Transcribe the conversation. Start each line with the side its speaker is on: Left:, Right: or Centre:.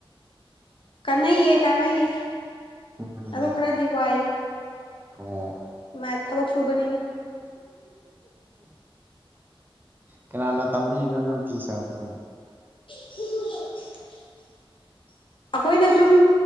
Left: ꯀꯥꯟꯅꯩꯌꯦ ꯀꯥꯟꯅꯩꯌꯦ
Right: ꯎꯝ
Left: ꯑꯗꯣ ꯈꯔꯗꯤ ꯋꯥꯏꯑꯦ
Right: ꯑꯣ
Left: ꯃꯥ ꯊꯕꯛ ꯁꯨꯕꯅꯤꯅ
Right: ꯀꯅꯥꯅꯣ ꯇꯝꯕꯤꯅꯣ ꯅꯪ ꯄꯤ ꯁꯥꯕꯁꯦ
Left: <unintelligible> ꯑꯩꯈꯣꯏꯅ ꯁꯨꯝ